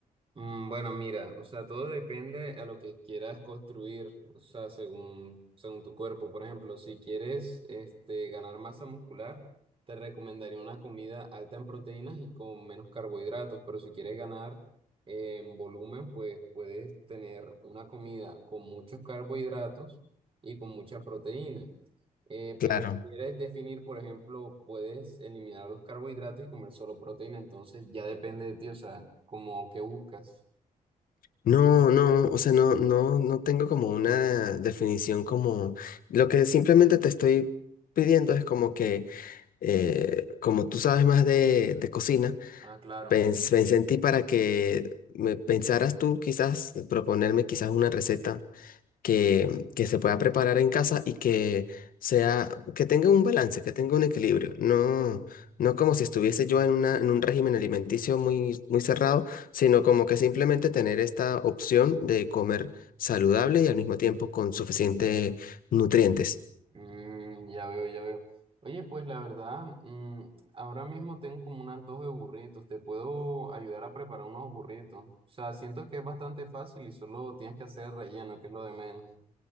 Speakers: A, on the right; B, on the left.
A: Mm, Bueno, mira, o sea, todo depende a lo que quieras construir, o sea, según, según tu cuerpo. Por ejemplo, si quieres este, ganar masa muscular, te recomendaría una comida alta en proteínas y con menos carbohidratos, pero si quieres ganar eh, en volumen, pues puedes tener una comida con muchos carbohidratos y con mucha proteína. Eh,
B: Claro.
A: pero si quieres definir, por ejemplo, puedes eliminar los carbohidratos y comer solo proteína, entonces ya depende de ti, o sea, como que buscas.
B: No, no, o sea, no, no, no tengo como una definición como lo que simplemente te estoy pidiendo es como que eh, como tú sabes más de, de cocina,
A: Ah, claro.
B: pens- pensé en ti para que me pensaras tú quizás, proponerme quizás una receta que, que se pueda preparar en casa y que sea, que tenga un balance, que tenga un equilibrio. No, no como si estuviese yo en una, en un régimen alimenticio muy, muy cerrado, sino como que simplemente tener esta opción de comer saludable y al mismo tiempo con suficientes nutrientes.
A: Mm, ya veo, ya veo. Oye, pues la verdad, mm, ahora mismo tengo como un antojo de burritos. Te puedo ayudar a preparar unos burritos. O sea, siento que es bastante fácil y solo tienes que hacer relleno, que es lo de menos.